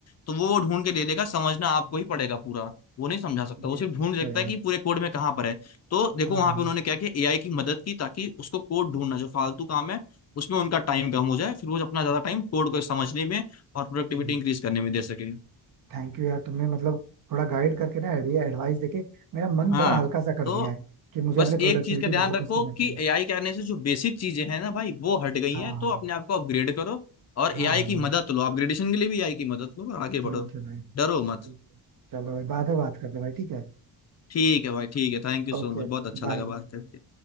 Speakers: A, on the left; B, on the right.
A: तो वो वो ढूंढ के दे देगा समझना आपको ही पड़ेगा पूरा वो नहीं समझा सकता वो
B: ये
A: सिर्फ
B: चीज
A: ढूंढ सकता
B: तो है यार
A: है कि पूरे कोड में कहाँ पर है तो देखो
B: हाँ
A: वहां
B: हाँ
A: पे उन्होंने क्या किया एआई की मदद की ताकि उसको कोड ढूंढना जो फालतू काम है उसमें उनका टाइम कम हो जाए फिर वो अपना ज्यादा टाइम कोड को समझने में और प्रोडक्टिविटी
B: ठीक
A: इंक्रीज करने में दे सके
B: थैंक यू यार तुमने मतलब थोड़ा गाइड करके ना आइडिया एडवाइस देके मेरा मन
A: हाँ
B: बड़ा हल्का सा कर
A: तो
B: दिया है कि मुझे
A: बस
B: अपने प्रोडक्टिविटी
A: एक चीज का ध्यान
B: पे फोकस
A: रखो
B: करना चाहिए
A: कि एआई के आने से जो बेसिक चीजें हैं ना भाई वो हट गई
B: हाँ
A: हैं तो अपने आप को अपग्रेड करो और
B: हाँ
A: एआई
B: हाँ
A: की
B: हाँ,
A: मदद लो अपग्रेडेशन के लिए भी एआई की मदद लो और आगे
B: ठीक
A: बढ़ो
B: है भाई
A: डरो
B: ठीक
A: मत
B: है चलो भाई बाद में बात करते हैं भाई ठीक है
A: ठीक है भाई ठीक है थैंक यू सो
B: ओके
A: मच बहुत अच्छा
B: बाय
A: लगा बात करके